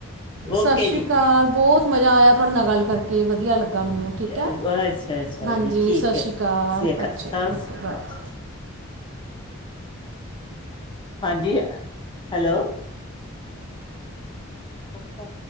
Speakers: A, on the left (about 20°); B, on the right (about 55°).
A: ਓਕੇ
B: ਸਤਿ ਸ਼੍ਰੀ
A: ਜੀ
B: ਅਕਾਲ ਬਹੁਤ ਮਜ਼ਾ ਆਇਆ ਤੁਹਾਡੇ ਨਾਲ ਗੱਲ ਕਰ ਕੇ ਵਧੀਆ ਲੱਗਾ ਮੈਨੂੰ
A: ਅੱਛਾ
B: ਠੀਕ ਹੈ
A: ਅੱਛਾ
B: ਹਾਂਜੀ
A: ਜੀ ਠੀਕ
B: ਸਤਿ
A: ਹੈ
B: ਸ਼੍ਰੀ
A: ਸ
B: ਅਕਾਲ
A: ਕ
B: ਅੱਛਾ
A: ਸ ਸ਼੍ਰੀ
B: ਜੀ ਓਕੇ ਬਾਏ
A: ਅਕਾਲ ਹਾਂਜੀ ਹੈਲੋ <unintelligible> ਕੱਟ ਤਾਂ